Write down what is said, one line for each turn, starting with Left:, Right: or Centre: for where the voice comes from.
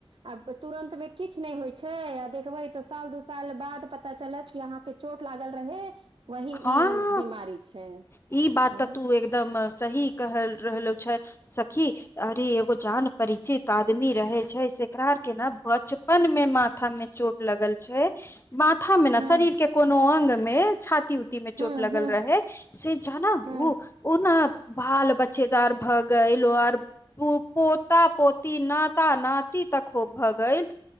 Right: आ तुरन्त मे किछु नहि होइ छै आ देखबै तऽ साल दू साल बाद ता चलत कि अहाँके चोट लागल रहै वही
Left: हँ
Right: ई बीमारी छै
Left: ई बात
Right: आँ
Left: तऽ तू एकदम सही कहल रहलहु छै सखी अरे एगो जान परिचित आदमी रहै छै सकरार के ने बचपन मे माथा मे चोट लगल छै माथा मे ने
Right: हँ
Left: शरीर के कोनो अंग मे छात ती उती मे
Right: हँ
Left: चोट लगल
Right: हँ
Left: रहै से जान हू
Right: हँ
Left: उ न बाल बच्चेदार भऽ गइलो आर पोता पोती नाता नाती तखो भऽ गइल